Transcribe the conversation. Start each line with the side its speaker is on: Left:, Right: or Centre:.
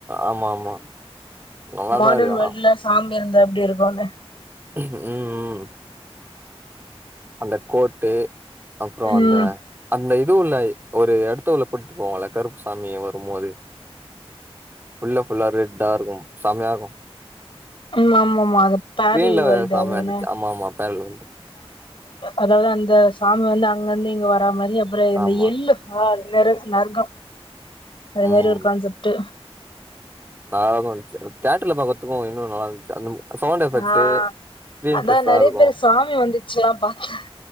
Right: ஆமா ஆமா நல்லாதான்
Left: மாடர்ன்
Right: இருக்கு ஆனா
Left: வேர்ல்டுல சாமி இருந்தா எப்டி இருக்குன்னு
Right: உம் உம் அந்த கோட்டு அப்புறம்
Left: ம்
Right: அந்த அந்த இதுவும் இல்ல ஒரு இடத்து உள்ள கூட்டிட்டு போவோல்ல கருப்ப சாமி வரும்போது உள்ள ஃபுல்லா ரெட்டா இருக்கும் செமயா இருக்கும்
Left: உம் ஆமா ஆமா அது பேரலல்
Right: ஸ்கீரின்ல
Left: வேர்ல்டு
Right: செமயாந்துச்சு
Left: அது என்ன
Right: ஆமா ஆமா தார்லல் வேல்டு
Left: அதாவது அந்த சாமி வந்து அங்க இந்து இங்க வரா மாரி அப்புற இந்த
Right: ஆமா
Left: எள்ளு ஹால் நரக் நர்கம் அதே
Right: ம்
Left: மாரி ஒரு கான்செப்ட்
Right: நல்லாதா இருந்துச்சு தேட்டர்ல பாக்கறத்துக்கும் இன்னும் நல்லா இருந்துச்சு அந்த சவுண்ட் எஃபெக்ட்
Left: ஆஹ்
Right: ஸ்கிரீன்
Left: அதான்
Right: பெருசா
Left: நெறைய
Right: இருக்கு
Left: பேரு சாமி வந்துச்சுல்லாம் பாத்தேன்